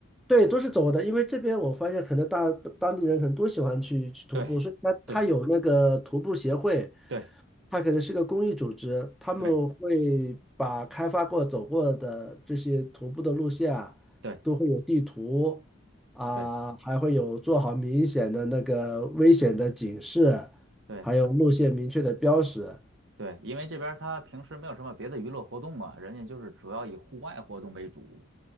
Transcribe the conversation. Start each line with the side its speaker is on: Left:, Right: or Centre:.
Centre: 对，都是走的，因为这边我发现可能大当地人可能都喜欢去去徒步，
Right: 对，
Centre: 所以它它有那个徒步协会，
Right: 对，对，
Centre: 它可能是个公益组织，他们会把开发过、
Right: 对，
Centre: 走过的这些徒步的路线啊，
Right: 对，
Centre: 都会有地图啊，
Right: 对，
Centre: 还会有做好明显的那个危险的警示，
Right: 对，
Centre: 还有路线明确的标识。
Right: 对，因为这边儿他平时没有什么别的娱乐活动嘛，人家就是主要以户外活动为主。